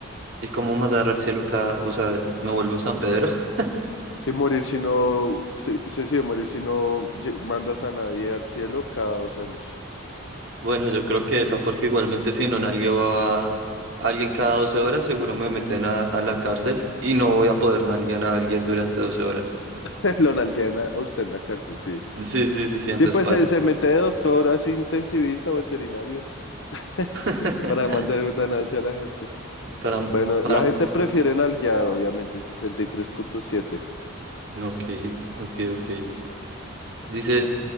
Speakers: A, on the right; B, on the left.
A: ¿Y cómo mandar al cielo cada... O sea, me vuelvo San Pedro? <laughs>
B: Si morir si no, sí, sí, sí, morir si no lle- mandas a nadie al cielo cada dos años.
A: Bueno, yo creo que esa porque igualmente si no nalgueo a... Alguien cada 12 horas seguro me meten a, a la cárcel y no voy a poder nalguear a alguien durante 12 horas.
B: <laughs> Lo nalguean a a usted en la cárcel, sí.
A: Sí, sí, sí, sí, entonces
B: Sí, pues
A: paila.
B: se, se mete de doctor así intensivista o veterinario <laughs>
A: <laughs>
B: para mandar eutanasia a la gente.
A: Para,
B: Bueno,
A: para,
B: la gente prefiere nalguear, obviamente, sesenta y tres punto siete
A: ok, ok, ok. Dice,